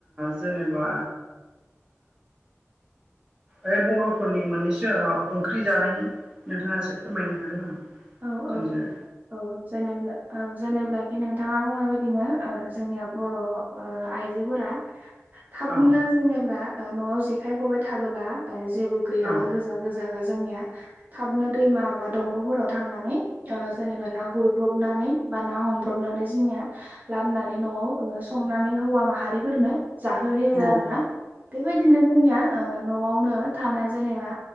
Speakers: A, on the right; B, on the right.
A: जेनेबा ओ बर'फोरनि मोननैसो ओंख्रि जानायनि नोंथाङा एसे फोरमायनो हागोन नामा?
B: औ
A: जोंजों
B: औ औ जेनोब्ला औ जेब्लाखि नोंथाङा बुंनाय बायदिनो जोंनिया बर' आइजोफोरा थाबनो
A: औ
B: जेनेबा न'आव जेखाइ खबाय थाबोला जेबो गैयाबा
A: औ
B: गोजा गोजा जोंनिया थाबनो दैमा बा दंग'फोराव थांनानै जेनेबा ना गुरब्रबनानै बा ना हमब्रबनानै जोंनिया लाबोनानै न'आव संनानै हौवा माहारिफोरनो जाहोहोयो
A: नंगौ औ
B: आरो ना बेबायदिनो जोंनिया ओ न'आवनो थानाय जेनेबा